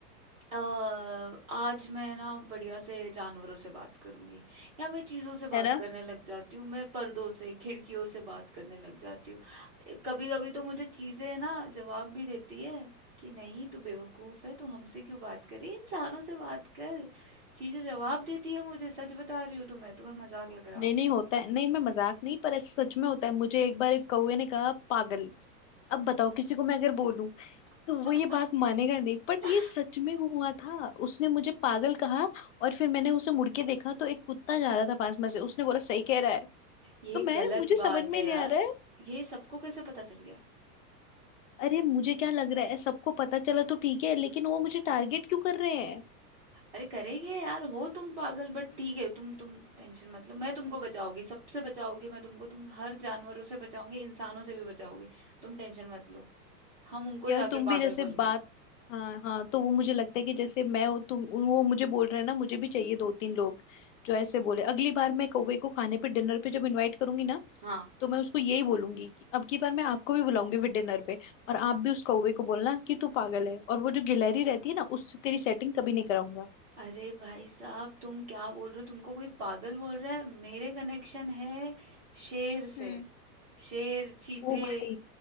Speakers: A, on the right; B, on the left.
A: अ, आज मैं ना बढ़िया से जानवरों से बात करूंगी या मैं चीजों से बात
B: है ना
A: करने लग जाती हूँ मैं पर्दों से खिड़कियों से बात करने लग जाती हूँ कभी कभी तो मुझे चीजें ना जवाब भी देती है कि नहीं तू बेवकूफ है तू हमसे क्यों बात कर रही है इंसानों से बात कर चीजें जवाब देती है मुझे सच बता रही हूँ तुम्हें तुम्हें मजाक लग रहा
B: नहीं
A: होगा
B: नहीं होता है नहीं मैं मजाक नहीं पर ऐसा सच में होता है मुझे एक बार एक कौवे ने कहा पागल अब बताओ किसी को मैं अगर बोलूं
A: <laughs>
B: तो वो ये बात मानेगा नहीं बट ये सच में हुआ था उसने मुझे पागल कहा और फिर मैंने उसे मुड़ के देखा तो एक कुत्ता जा रहा था पास में से उसने बोला सही कह रहा है
A: ये
B: तो मैं
A: गलत
B: मुझे समझ
A: बात
B: में
A: है
B: नहीं
A: यार
B: आ रहा है
A: ये सबको कैसे पता चल गया
B: अरे मुझे क्या लग रहा है सबको पता चला तो ठीक है लेकिन वो मुझे टारगेट क्यों कर रहे हैं
A: अरे करेंगे यार हो तुम पागल बट ठीक है तुम तुम टेंशन मत लो मैं तुमको बचाऊंगी सबसे बचाऊंगी मैं तुमको तुम हर जानवरों से बचाऊंगी इंसानों से भी बचाऊंगी तुम टेंशन मत लो हम उनको
B: यार
A: जाके
B: तुम भी
A: पागल
B: जैसे
A: बोल
B: बात
A: गए
B: हाँ हाँ तो वो मुझे लगता है कि जैसे मैं हूँ, तुम वो मुझे बोल रहे हैं ना मुझे भी चाहिए दो तीन लोग जो ऐसे बोले अगली बार मैं कौवे को खाने पे डिनर पे जब इनवाइट करूंगी ना
A: हाँ
B: तो मैं उसको यही बोलूंगी कि अब की बार मैं आपको भी बुलाऊंगी फिर डिनर पे और आप भी उस कौवे को बोलना कि तू पागल है और वो जो गिलहरी रहती है ना उससे तेरी सेटिंग कभी नहीं कराऊंगा
A: अरे भाई साहब तुम क्या बोल रहे हो तुमको कोई पागल बोल रहा है मेरे कनेक्शन है शेर से
B: हम्म
A: शेर चीते
B: ओ भाई